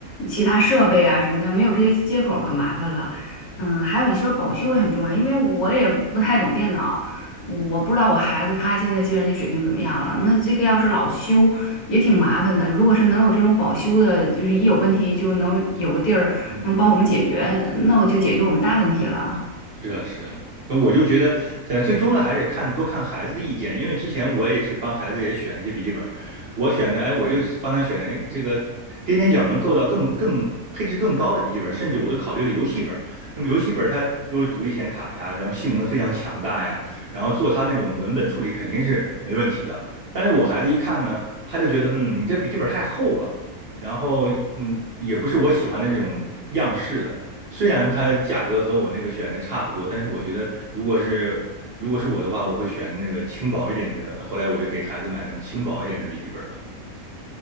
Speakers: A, on the left (about 75°); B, on the right (about 60°).
A: 其他设备啊什么的，没有这些接口可麻烦了。嗯，还有你说保修也很重要，因为我也不太懂电脑，我不知道我孩子他现在计算机水平怎么样了。那这个要是老修也挺麻烦的。如果是能有这种保修的，就是一有问题就能有个地儿能帮我们解决，
B: 嗯，
A: 那我就解决我们大问题了。
B: 是啊，是啊，那我就觉得，呃，最终呢，还得看多看孩子的意见，因为之前我也是帮孩子也选了一些笔记本，我选的，哎，我就帮他选了，哎，这个踮踮脚能够到更更配置更高的笔记本，甚至我都考虑了游戏本。那么游戏本它又是独立显卡呀，然后性能非常强大呀，然后做它那种文本处理肯定是没问题的。但是我孩子一看呢，他就觉得，嗯，你这笔记本太厚了，然后嗯，也不是我喜欢的这种样式的。虽然它价格和我那个选的差不多，但是我觉得如果是如果是我的话，我会选那个轻薄一点的那个。后来我就给孩子买那种轻薄一点的笔记本了。